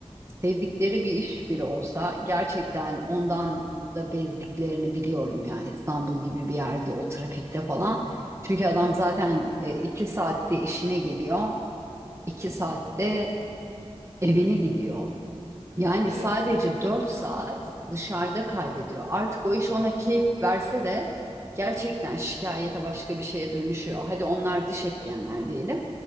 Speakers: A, on the right (about 25°); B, on the right (about 80°).
A: sevdikleri bir iş bile olsa gerçekten ondan da bezdiklerini biliyorum ya İstanbul gibi bir yerde o trafikte falan. Çünkü
B: hı
A: adam
B: hı,
A: zaten e, iki saatte işine geliyor, iki
B: hı
A: saatte
B: hı. hı hı.
A: evine gidiyor. Yani
B: Evet.
A: sadece 4 saat dışarıda kaybediyor. Artık o iş ona keyif verse de gerçekten şikayete başka bir şeye dönüşüyor. Hadi onlar dış etkenler diyelim.